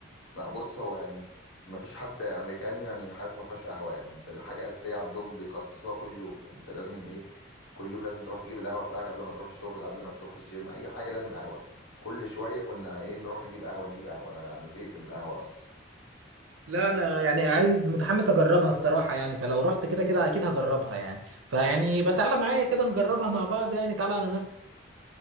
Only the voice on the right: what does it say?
لا انا يعني عايز متحمس اجربها الصراحه يعني فلو رحت كده كده اكيد هجربها يعني فيعني يبقى تعالى معايا كده نجربها مع بعض يعني تعالى على نفسك